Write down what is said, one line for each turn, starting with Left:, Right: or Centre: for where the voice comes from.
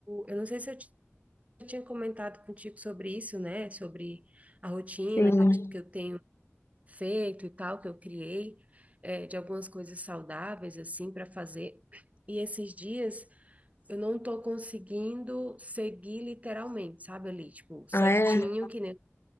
Right: eu não sei se eu ti- eu tinha comentado contigo sobre isso, né? Sobre a rotina
Left: sim.
Right: que eu, ti- que eu tenho feito e tal, que eu criei, é, de algumas coisas saudáveis, assim, para fazer. E esses dias eu não tô conseguindo seguir literalmente, sabe, ali, tipo, certinho,
Left: Ah, é?
Right: que nem.